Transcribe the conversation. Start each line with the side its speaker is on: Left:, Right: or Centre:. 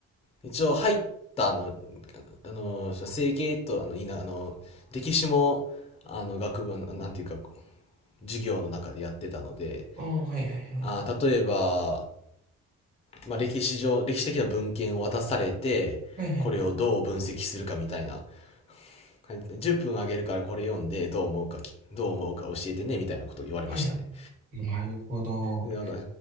Left: 一応入ったあの、あの、整形と、あの、いな、あの、歴史も、あの、学部、あのなんていうか、授業の中でやってたので、
Right: ああ、はいはいはい。
Left: あー、例えば、まあ、歴史上、歴史的な文献を渡されて、
Right: はいはいはい。
Left: これをどう分析するかみたいな。はい10分あげるからこれ読んで、どう思うかき、どう思うか教えてね、みたいなことを言われましたね。
Right: はいはい。なるほど。
Left: で、あの